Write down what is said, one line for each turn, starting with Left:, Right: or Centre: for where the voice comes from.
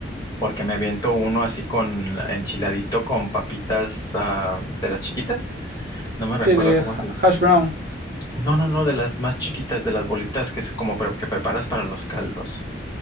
Left: porque me aviento uno así con enchiladito con papitas ah, de las chiquitas. No me recuerdo
Right: Sí, de
Left: cómo es
Right: ha-
Left: el...
Right: hash brown.
Left: No, no, no, de las más chiquitas, de las bolitas que es como pre- que preparas para los caldos.